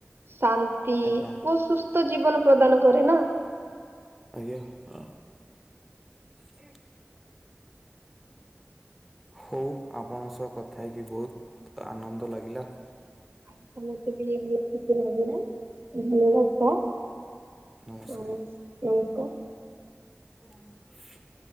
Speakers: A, on the right; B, in the centre.
A: ଶାନ୍ତ୍ ନ୍ତି
B: ଆଜ୍ଞା
A: ଓ ସୁସ୍ଥ ଜୀବନ ପ୍ରଦାନ କରେ ନା?
B: ଆଜ୍ଞା ହଁ। <unintelligible> ହଉ ଆପଣଙ୍କ ସହ କଥା ହେଇକି ବହୁତ ଆନନ୍ଦ ଲାଗିଲା।
A: <unintelligible>
B: ନମସ୍କାର।
A: ଆଉ ନମସ୍କାର।
B: <inaudible>